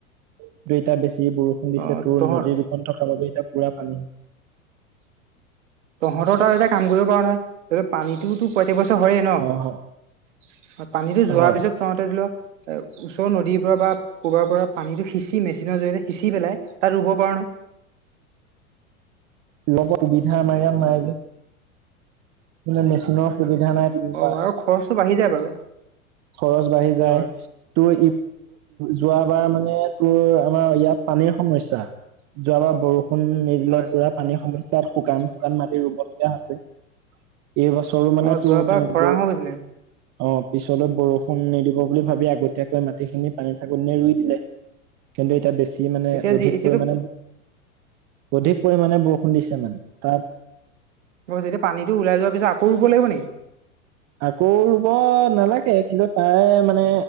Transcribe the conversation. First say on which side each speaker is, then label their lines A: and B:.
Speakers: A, on the right; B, on the right.
A: দুই এটা বেছি বৰষুণ দিছে
B: অ
A: তোৰ
B: তহত
A: নদী দুখন থকা বাবে এতিয়া পুৰা পানী হয়।
B: তহঁতৰ তাত এটা কাম কৰিব পাৰা নহয়, পানীতটোতো প্ৰত্যেক বছৰ হয়ই ন'।
A: অ হয়
B: পানীতো যোৱাৰ
A: হয়
B: পিছত তহঁতে ধৰি লও, এ ওচৰৰ নদীৰ পৰা বা কবাৰ পৰা পানীটো সিঁচি মেচনৰ জৰিয়তে সিচি পেলাই তাত ৰুব পাৰো ন'।
A: লগত সুবিধা আমাৰ ইয়াত নাই যে। মানে মেচিনৰ সুবিধা নাই। তেনেকুৱা
B: অ', আৰু খৰচটো বাঢ়ি যায় বাৰু।
A: খৰচ বাঢ়ি যায়,
B: হয়
A: তোৰ যোৱাবাৰ মানে তোৰ আমাৰ ইয়াত পানীৰ সমস্যা, যোৱাবাৰ বৰষুণ নিদিলে
B: হয়
A: পুৰা পানীৰ সমস্যাত শুকান শুকান মাটি ৰুবলগীয়া হৈছে। এইবছৰো মানে
B: অ
A: তোৰ
B: যোৱাবাৰ
A: তেনেক
B: খৰাং
A: বৰ
B: হৈ গৈছিলে
A: অঁহ', পিছলৈত বৰষুণ নিদিব বুলি ভাবি আগতীয়াকৈ মাটিখিনি পানী থাকনি ৰুই দিলে। কিন্তু এতিয়া বেছি মানে
B: এতিয়া
A: অধিক
B: যি এতিয়াতো
A: পৰিমাণে, অধিক পৰিমাণে ব বৰষুণ দিছে মানে, তাত
B: বৰষুণৰ যেতিযা পানী ওলাই যোৱাৰ পিছত আকৌ ৰুব লাগিব নেকি?
A: আকৌ ৰুব নালাগে কিন্তু তাৰে মানে